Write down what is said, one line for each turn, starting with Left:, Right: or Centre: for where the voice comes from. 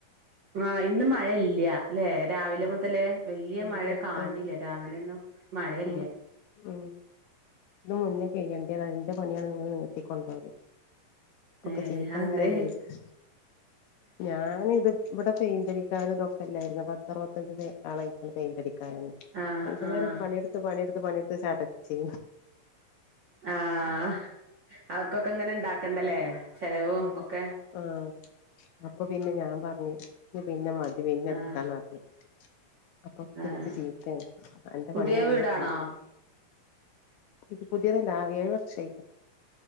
Right: ആഹ് ഇന്ന് മഴയില്ല്യാ ല്ലെ രാവിലെ
Left: ഉം
Right: മുതല് വല്ല്യ
Left: എന്തേലും
Right: മഴ കാണ്ണില്ല
Left: ആഹ്
Right: രാവിലൊന്നും മഴില്ല.
Left: ഉം ഉം ഇത് മുന്നേ കെയ്യേണ്ടയാണ് ഇന്റെ പണിയാണ് ഇത്ങ്ങനെ നിർത്തി കൊണ്ടോവല്. ഇപ്പൊക്ക്
Right: ഏഹ്
Left: ചീത്തങ്ങനെ
Right: അതെ
Left: കേക്കാ ഞാന് ഇത് ഇബടെ പെയിന്റ്ടിക്കാരെ നോക്കല്ലാര്ന്നോ പത്തറുവത്തഞ്ച് തേ ആളായിക്കണു പെയിന്റടിക്കാരന്നെ.
Right: ആഹ്
Left: മനുഷ്യന്മാരെ
Right: ആഹ്
Left: പണിയട്ത്ത് പണിയട്ത്ത് പണിട്ത്ത് ചടച്ച്
Right: ആഹ് അവർക്കൊക്കെ ഇങ്ങനെ ഇണ്ടാക്കണ്ടല്ലേ ചെലവും
Left: ആഹ്
Right: ഒക്കെ
Left: ആഹ് അപ്പൊ പിന്നെ ഞാൻ പർഞ്ഞ് ഇനി പിന്നെ മതി പിന്നെ
Right: ആഹ്
Left: ഇട്ക്കാന്നർഞ്ഞ്. അപ്പൊ
Right: ആഹ്
Left: ഇൻക്ക് ചീത്താണ് അന്റെ
Right: പുതിയ
Left: പണിയാണ് ഇങ്ങനെ
Right: വീടാണോ
Left: കൊണ്ടോവല് ഇത് പുതിയതല്ല ആ ഏഴ് വർഷായി